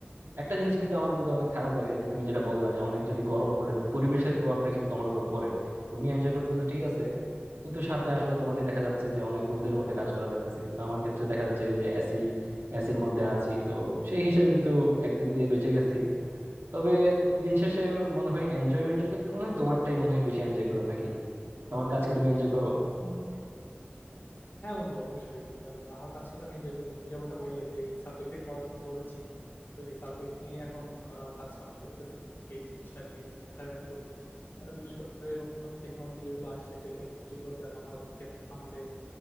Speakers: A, on the right (about 75°); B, on the left (about 60°).
A: একটা জিনিস কিন্তু আমার বন্ধু অনেক খারাপ লাগে যে তুমি যেটা বললা যে অনেক যদি গরম পড়ে যেমন পরিবেশের প্রভাবটা কিন্তু তোমার উপর পড়ে তুমি এনজয় করতেছো ঠিক আছে কিন্তু সাথে আসলে তোমাকে দেখা যাচ্ছে যে অনেক রোদের মধ্যে কাজ করা লাগতেছে কিন্তু আমার ক্ষেত্রে দেখা যাচ্ছে যে এসি এসির মধ্যে আছি তো সেই হিসেবে কিন্তু একদিক দিয়ে বেঁচে গেছি তবে দিন শেষে মনে হয় এনজয়মেন্টের ক্ষেত্রে মনে হয় তোমারটাই মনে হয় বেশি এনজয় করো নাকি তোমার কাজকে তুমি এনজয় করো
B: উম, হ্যাঁ বন্ধু অবশ্যই আহ, আমার কাজকে তো আমি এনজয় করি তুমি যেমনটা বললে যে এই সাবজেক্টে পড়াশোনা করেছি তো এই সাবজেক্ট নিয়েই এখন আহ, কাজ কাম করতেছি সেই জিনিসটা নিয়েই ঘাটাঘাটি করি আহ, বিশেষ করে নতুন নতুন টেকনোলজি যেগুলো আসছে সেই টেকনোলজি গুলোকে আমার ক্ষেত খামারে